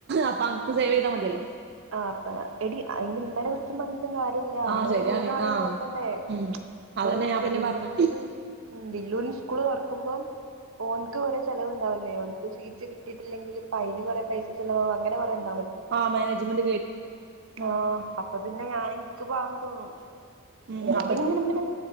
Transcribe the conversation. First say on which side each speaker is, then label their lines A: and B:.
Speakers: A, on the right; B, on the right.
A: അപ്പൊ അൻക്ക് സേവ് ചെയ്താ മതിയല്ലോ
B: ആ അപ്പ എടി അതിന് ഇമ്മനെ കുറ്റം പറ ഞ്ഞിട്ട് കാര്യല്യാ നമ്മള്
A: ആഹ് ശരിയാണ്
B: മൂന്നാളീം
A: ആഹ്
B: നോക്കണ്ടേ
A: ഉം
B: ഇപ്പൊ
A: അതന്നെ ഞാൻ പിന്നെ
B: ബില്ലൂന്
A: പറഞ്ഞ
B: ബില്ലൂന് സ്കൂൾ തുറക്കുമ്പോൾ ഓന്ക്ക് കുറെേ ചിലവു ഉണ്ടാവില്ലേ ഒനുക് സീറ്റ് കി കട്ടിട്ടില്ലെങ്കിൽ അന് കുറെ പൈസ ചെലവാകും അങ്ങനെ കുറണ്ട്
A: ആഹ മാനേജ്മെൻ്റ്
B: ആഹ അപ്പ പിന്നെ ഞാന എക്ക് പകം തോന്നും
A: ഉം
B: എല്ലത്തിന
A: അപ്പ
B: ഇങ്ങനെമ്മന